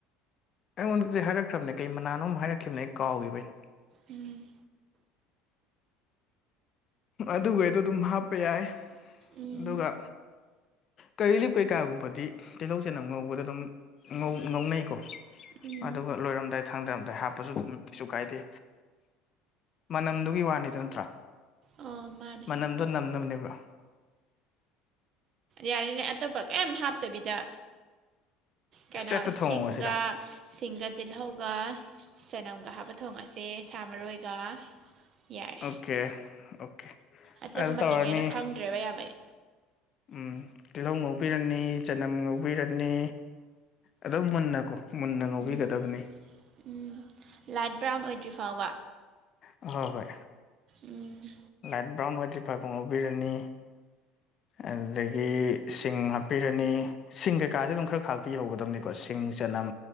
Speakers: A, on the left; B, on the right.
A: ꯑꯩꯉꯣꯟꯗꯗꯤ ꯍꯥꯏꯔꯛꯈ꯭ꯔꯕꯅꯦ ꯀꯩ ꯃꯅꯥꯅꯣꯝ ꯍꯥꯏꯔꯛꯈꯤꯕꯅꯦ ꯑꯩ ꯀꯥꯎꯒꯤꯕꯩ
B: ꯎꯝ
A: ꯑꯗꯨꯒꯩꯗꯣ ꯑꯗꯨꯝ ꯍꯥꯞꯄ ꯌꯥꯏ
B: ꯎꯝ
A: ꯑꯗꯨꯒ ꯀꯔꯤꯂꯤꯞ ꯀꯩꯀꯥꯒꯨꯝꯕꯗꯤ ꯇꯤꯜꯍꯧ ꯆꯅꯝ ꯉꯧꯕꯗ ꯑꯗꯨꯝ ꯉꯧ ꯉꯧꯅꯩꯀꯣ
B: ꯎꯝ
A: ꯑꯗꯨꯒ ꯂꯣꯏꯔꯝꯗꯥꯏ ꯊꯥꯡꯗꯔꯝꯗꯥꯏ ꯍꯥꯞꯄꯁꯨ ꯑꯗꯨꯝ ꯀꯩꯁꯨ ꯀꯥꯏꯗꯦ ꯃꯅꯝꯗꯨꯒꯤ ꯋꯥꯅꯤꯗ ꯅꯠꯇ꯭ꯔꯥ
B: ꯑꯣ ꯃꯥꯥꯟ
A: ꯃꯅꯝꯗꯣ ꯅꯝꯅꯕꯅꯦꯕ
B: ꯌꯥꯔꯤꯅꯦ ꯑꯇꯣꯞꯄ ꯀꯩꯏꯝ ꯍꯥꯞꯇꯕꯤꯗ ꯀꯩꯅꯣ
A: ꯏꯁꯇ꯭ꯔꯦꯠꯇ ꯊꯣꯡꯉꯁꯤꯔꯣ
B: ꯁꯤꯡꯒꯥ ꯁꯤꯡꯒ ꯇꯤꯜꯍꯧꯒ ꯆꯅꯝꯒ ꯍꯥꯞꯄ ꯊꯣꯡꯉꯁꯦ ꯁꯥ ꯃꯔꯣꯏꯒ ꯌꯥꯔꯦ
A: ꯑꯣꯀꯦ ꯑꯣꯀꯦ
B: ꯑꯇꯣꯞꯄ
A: ꯑꯗꯨ ꯇꯧꯔꯅꯤ
B: ꯃꯆꯤꯟꯉꯩꯗꯣ ꯈꯪꯗ꯭ꯔꯦꯕ ꯌꯥꯝ ꯑꯩ
A: ꯎꯝ ꯇꯤꯜꯍꯧ ꯉꯧꯕꯤꯔꯅꯤ ꯆꯅꯝ ꯉꯧꯕꯤꯔꯅꯤ ꯑꯗꯨꯝ ꯃꯨꯟꯅꯀꯣ ꯃꯨꯟꯅ ꯉꯧꯕꯤꯒꯗꯕꯅꯤ
B: ꯎꯝ ꯎꯝ ꯂꯥꯏꯠ ꯕ꯭ꯔꯥꯎꯟ ꯑꯣꯏꯗ꯭ꯔꯤ ꯐꯥꯎꯕ
A: ꯍꯣꯢ ꯍꯣꯏ
B: ꯎꯝ
A: ꯂꯥꯏꯠ ꯕ꯭ꯔꯥꯎꯟ ꯑꯣꯢꯗꯔꯤ ꯐꯥꯎꯕ ꯉꯧꯕꯤꯔꯅꯤ ꯑꯗꯨꯗꯒꯤ ꯁꯤꯡ ꯍꯥꯞꯄꯤꯔꯅꯤ ꯁꯤꯡ ꯀꯩꯀꯥꯁꯦ ꯑꯗꯨꯝ ꯈꯔ ꯈꯥꯛꯄꯤꯍꯧꯒꯗꯕꯅꯤꯀꯣ ꯁꯤꯡ ꯆꯅꯝ